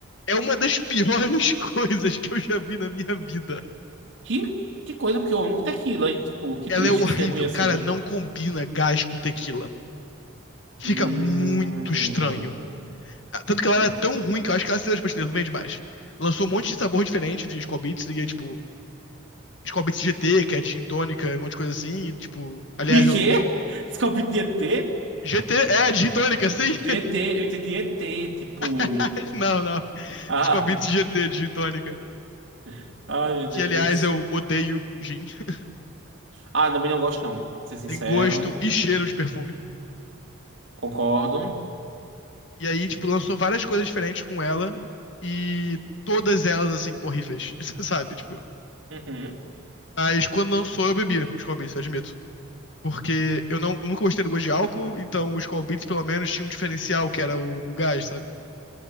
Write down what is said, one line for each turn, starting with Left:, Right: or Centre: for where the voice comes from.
Left: é uma das piores <laughs> coisas que eu já vi na minha vida.
Right: que, que coisa, porque eu amo tequila e, tipo, que
Left: Ela
Right: triste
Left: é horrível.
Right: ser ruim assim.
Left: Cara, não combina gás com tequila. Fica
Right: Hum...
Left: muito estranho. Ah, Tanto que ela era tão ruim que eu acho que ela saiu das prateleiras, não vende mais. Lançou um monte de sabor diferente de Skol Beats e é tipo. Scobits GT, que é digintônica, e um monte de coisa assim, e, tipo, aliás,
Right: De
Left: o,
Right: quê?
Left: o
Right: Scooby-DT?
Left: GT é digintônica, sim?
Right: GT, eu entendi ET, tipo.
Left: <laughs> não, não.
Right: Ah,
Left: Scobits GT digintônica,
Right: <laughs> ai,
Left: que
Right: meu Deus.
Left: aliás eu odeio gin, <laughs>
Right: Ah, também não gosto, não. Pra Ser sincero,
Left: tem gosto e cheiro de perfume.
Right: concordo.
Left: E aí, tipo, lançou várias coisas diferentes com ela e todas elas assim horríveis, <laughs> sabe, tipo.
Right: Uhum.
Left: Mas quando lançou eu bebia Scobits, eu admito. Porque eu, não, eu nunca gostei do gosto de álcool, então os Scol pelo menos, tinham um diferencial, que era o, o gás, sabe?